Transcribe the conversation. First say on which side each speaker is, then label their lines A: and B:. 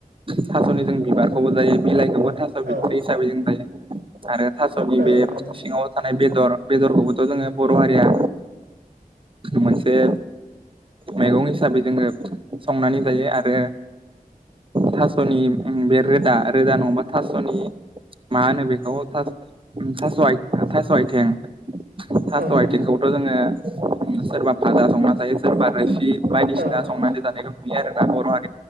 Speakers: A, on the right; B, on the right.
A: थास'नि जों बिबार खौबो जायो बिलाइखौबो थास' बिथ्रि
B: औ
A: हिसाबै जों जायो आरो थास'नि
B: औ
A: बे
B: नोंथां
A: सिङाव थानाय बेदर बेदरखौबोथ' जोङो बर' हारिया मोनसे मैगं हिसाबै जोङो संनानै जायो आरो थास'नि बे रोदा रोदा नङाबा थास'नि मा होनो बेखौ थास' आइ थास' आथें थास'
B: औ नोंथां
A: आइथिंखौथ' जोङो सोरबा भाजा संना थायो सोरबा रोसि बायदिसिना
B: औ औ
A: संनानै जानायखौ नुयो आरोना बर' हारि